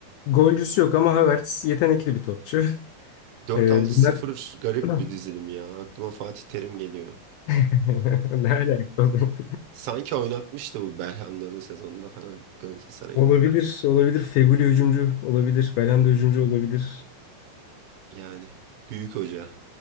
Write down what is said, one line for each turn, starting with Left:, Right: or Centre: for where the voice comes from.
Left: golcüsü yok ama Havertz yetenekli bir topçu. <laughs>
Right: Dört
Left: E,
Right: altı
Left: bunlar
Right: sıfır garip
Left: <clears throat>
Right: bir dizilim ya. Aklıma Fatih Terim geliyor.
Left: <laughs> Ne alaka oğlum?
Right: Sanki oynatmıştı bu Belhandalı sezonunda falan Galatasaray'da
Left: Olabilir, olabilir. Feguli hücumcu olabilir. Belhanda hücumcu olabilir.
Right: Yani büyük hoca.